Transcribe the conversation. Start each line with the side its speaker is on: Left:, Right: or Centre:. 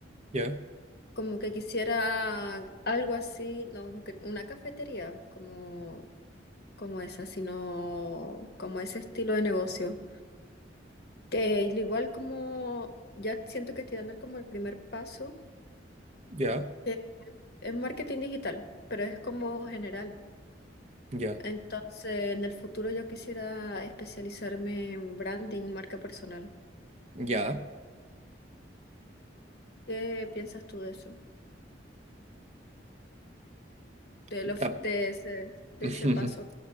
Right: ya,
Left: Como que quisiera algo así, no un ca- una cafetería como, como esa, sino como ese estilo de negocio. Que al igual como ya siento que estoy dando como el primer paso,
Right: ya,
Left: que es marketing digital, pero es como general.
Right: ya,
Left: Entonces, en el futuro yo quisiera especializarme en branding, marca personal.
Right: ya.
Left: ¿Qué piensas tú de eso? De
Right: Está-
Left: lo, fu- de ese, de
Right: <laughs>
Left: ese paso.